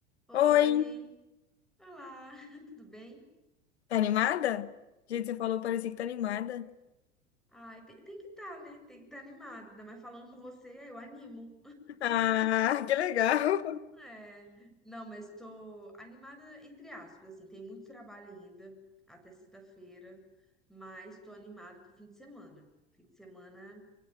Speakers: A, in the centre; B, on the left.
A: Oi,
B: Oi,
A: olá, <laughs> tudo bem?
B: tá animada? Gente, você falou, parecia que tá animada.
A: Ai, tem, tem que estar, né? Tem que estar animada, ainda mais falando com você, eu animo.
B: Ah, <laughs> que legal.
A: É, não, mas estou animada entre aspas, assim, tem muito trabalho ainda até sexta-feira, mas estou animada pro fim de semana. Fim de semana